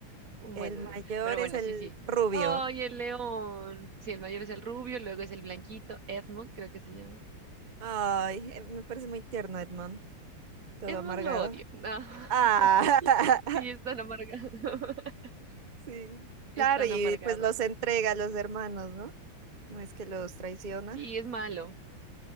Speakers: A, on the right; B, on the right.
A: Bueno,
B: El mayor
A: no. Pero bueno,
B: es el
A: sí, sí.
B: rubio,
A: Ay, el león. Sí, el mayor es el rubio, luego es el blanquito. Edmund, creo que se llama.
B: Ay, eh, me parece muy tierno, Edmond, todo
A: Edmund
B: amargado.
A: lo odio. No.
B: Ah,
A: <laughs>
B: <laughs>
A: Sí, es tan amargado. <laughs>
B: sí.
A: Es
B: Claro,
A: tan
B: y
A: amargado.
B: pues los entrega a los hermanos, ¿no? No es que los traiciona.
A: Sí, es malo,